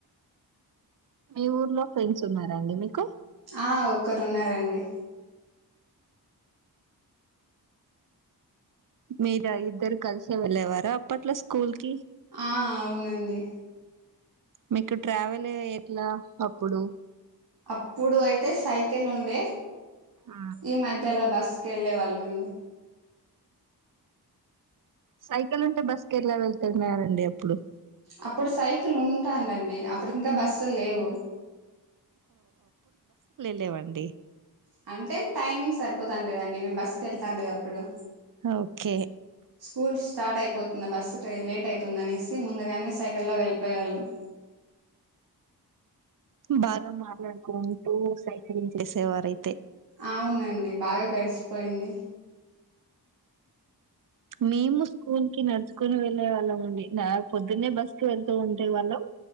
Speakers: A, on the right; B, on the right.
A: మీ ఊర్లో ఫ్రెండ్స్ ఉన్నారా అండి మీకు
B: ఆ ఒక్కరున్నారండి
A: మీరు ఇద్దరు కలిసే వెళ్ళేవార అప్పట్లో స్కూల్ కి
B: ఆ అవునండి
A: మీకు ట్రావెల్ ఎట్లా అప్పుడు
B: అప్పుడు అయితే సైకిల్ ఉండే
A: ఆ.
B: ఈ మధ్యలా బస్కి వెళ్ళే వాళ్ళం అండి
A: సైకిల్ ఉంటే బస్ కి ఎలా వెళ్తున్నరాండి అప్పుడు
B: అప్పుడు సైకిల్ ఉంటాండండి అప్పుడు ఇంకా బస్సులు లేవు
A: లేవండి
B: అంటే టైమింగ్ సరిపోతాను లేదండి మేము బస్సు కి వెళ్తాను లేదు అప్పుడు
A: ఓకే
B: స్కూల్ స్టార్ట్ అయిపోతుంది బస్సు లేట్ అవుతుందినేసి ముందుగానే సైకిల్లో వెళ్ళిపోయవాళ్ళము
A: బాగా మాట్లాడుకుంటూ సైక్లింగ్ చేసేవారే
B: అవునండి బాగా గడిసి పోయింది
A: మేము స్కూల్ కి నడుచుకొని వెళ్ళే వాళ్ళం అండి నా పొద్దున్నే బస్ కి వెళ్తూ ఉంటే వాళ్ళం